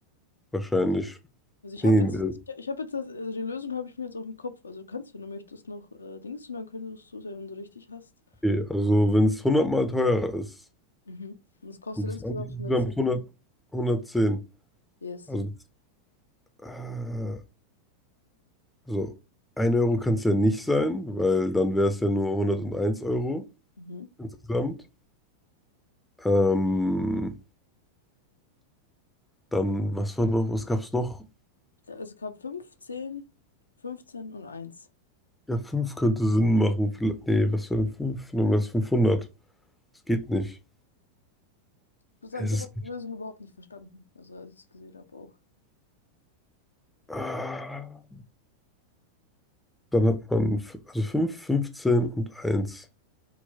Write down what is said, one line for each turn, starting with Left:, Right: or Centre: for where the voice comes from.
Centre: wahrscheinlich.
Left: Also, also ich
Centre: Nee,
Left: habe
Centre: nee,
Left: jetzt, ich, habe jetzt, das, also die Lösung habe ich mir jetzt auf dem Kopf. Also du kannst, wenn du möchtest, noch äh, Dings und dann könntest du es ja, wenn du richtig hast.
Centre: okay. Also, wenn es 100 Mal teurer ist
Left: Mhm. Und es kostet
Centre: und das
Left: insgesamt
Centre: andere insgesamt
Left: hundertzehn
Centre: hundert, hundertzehn,
Left: Yes.
Centre: also, das- äh, also 1 Euro kann es ja nicht sein, weil dann wäre es ja nur 101 Euro
Left: Mhm.
Centre: insgesamt. Ähm, dann, was war noch, was gab es noch?
Left: Ja, also Ich Es gab 5, 10, 15 und eins
Centre: Ja, 5 könnte Sinn machen. Vielleicht- Nee, was wäre denn 5? Dann wäre es 500. Das geht nicht.
Left: Ich muss sagen,
Centre: Es
Left: ich
Centre: ist.
Left: habe auch die Lösung überhaupt nicht verstanden. Also als ich sie gesehen habe auch.
Centre: Ah, dann hat man f- also 5, 15 und eins.